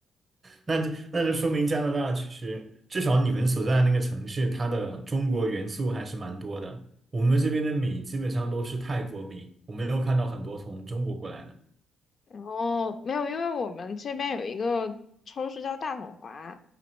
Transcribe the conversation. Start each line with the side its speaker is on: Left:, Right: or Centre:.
Right: 那就那就说明加拿大其实至少你们所在的那个城市，它的中国元素还是蛮多的。我们这边的米基本上都是泰国米，我没有看到很多从中国过来的。
Left: 然后没有，因为我们这边有一个超市叫大统华，